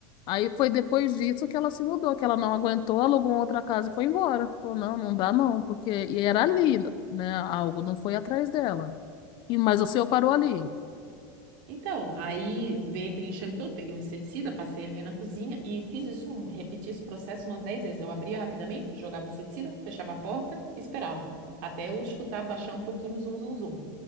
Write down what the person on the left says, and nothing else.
aí foi depois disso que ela se mudou, que ela não aguentou, alugou outra casa e foi embora. Falou, não, não dá não, porque... E era
ali, né? Algo não foi atrás dela. E, mas o seu parou ali,